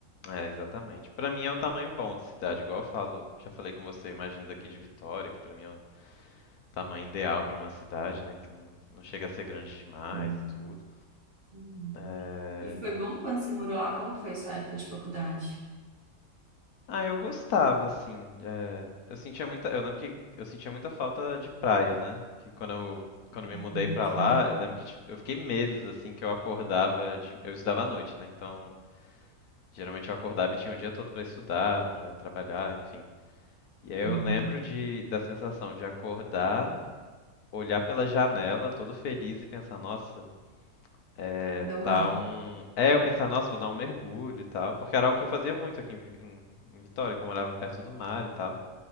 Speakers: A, on the left; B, on the right.
A: É, exatamente. Pra mim é o tamanho bom de cidade, igual eu falo. Já falei com você, eu imagino daqui de Vitória, que pra mim é um tamanho ideal para uma cidade, né? Que não, não chega a ser grande demais
B: Sim.
A: e tudo.
B: Uhum.
A: É,
B: E foi bom quando você morou lá? Como que foi sua época de faculdade?
A: Ah, eu gostava, assim. é, Eu sentia muita. Eu lembro que eu sentia muita falta de praia, né? Que quando eu, quando me
B: Uhum.
A: mudei pra
B: Sim.
A: lá, eu lembro que ti- eu fiquei meses assim que eu acordava de... Eu estudava à noite, né? Então, geralmente eu acordava e tinha o dia todo pra estudar, pra trabalhar, enfim. E aí eu
B: Uhum.
A: lembro de da sensação de acordar, olhar pela janela, todo feliz e pensar, nossa, É,
B: Deu mais,
A: tá um. É, eu pensar, nossa, vou dar um mergulho e tal, porque era algo que eu fazia muito aqui em, em- em Vitória, que eu morava perto do mar e tal.